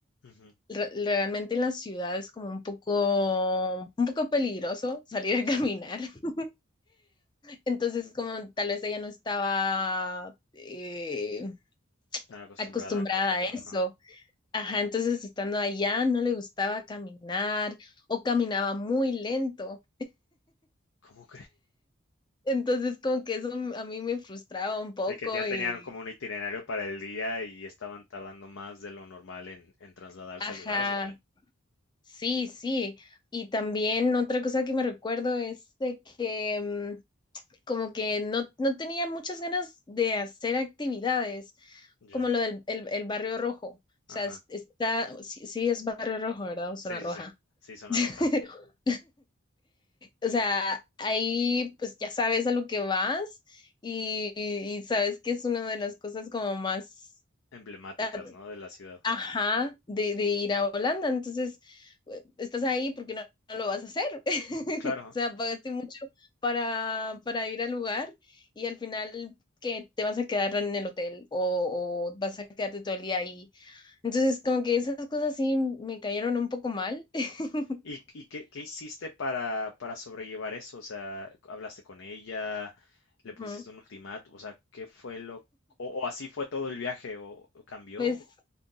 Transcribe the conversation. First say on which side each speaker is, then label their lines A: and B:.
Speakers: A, on the left; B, on the left.
A: Ujú,
B: re- realmente en la ciudad es como un poco, un poco peligroso salir a
A: Sí,
B: caminar. <laughs> Entonces, como tal vez ella no estaba eh,
A: tan acostumbrada.
B: acostumbrada a
A: Ajá.
B: eso. Ajá, entonces estando allá no le gustaba caminar o caminaba muy lento.
A: ¿Cómo
B: Entonces, como que eso m- a mí me frustraba un poco
A: De que ya tenían
B: y,
A: como un itinerario para el día y estaban tardando más de lo normal en, en trasladarse
B: ajá,
A: a lugares, ¿o qué?
B: sí, sí. Y también otra cosa que me recuerdo es de que mm, como que no, no tenía muchas ganas de hacer actividades,
A: Ya,
B: como lo del el, el Barrio Rojo. O
A: ajá.
B: sea, es- está, sí, sí es Barrio Rojo, ¿verdad? O
A: Sí,
B: Zona Roja.
A: sí, sí.
B: <laughs>
A: Sí, zona roja.
B: O sea, ahí pues ya sabes a lo que vas y, y- y sabes que es una de las cosas como más
A: Emblemáticas,
B: ah,
A: ¿no? De la ciudad.
B: Ajá, de, de ir a Holanda. Entonces, eh, estás ahí porque no, no lo vas a hacer. <laughs>
A: Claro.
B: O sea, pagaste mucho para, para ir al lugar y al final que te vas a quedar en el hotel o, o vas a quedarte todo el día ahí. Entonces, como que esas cosas sí me cayeron un poco mal. <laughs>
A: ¿Y, y qué, qué hiciste para, para sobrellevar eso? O sea, ¿hablaste con ella? ¿Le pusiste
B: Ujú.
A: un ultimátum? O sea, ¿qué fue lo... O, o así fue todo el viaje? ¿O, o cambió?
B: Pues